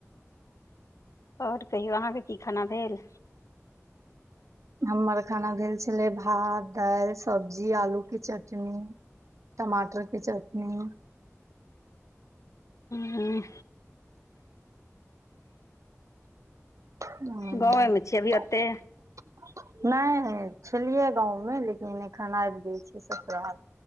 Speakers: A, on the left; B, on the right.
A: और कहियो अहाँ के की खाना भेल?
B: हमर खाना भेल छलै भात, दाएल, सब्जी, आलू के चटनी। टमाटर के चटनी।
A: हूँ।
B: हां।
A: गाँवेमे छी अभी ओते
B: नै-नै छलियै गाँव मे, लेकिन एखन आएब गेल छियै ससुराल।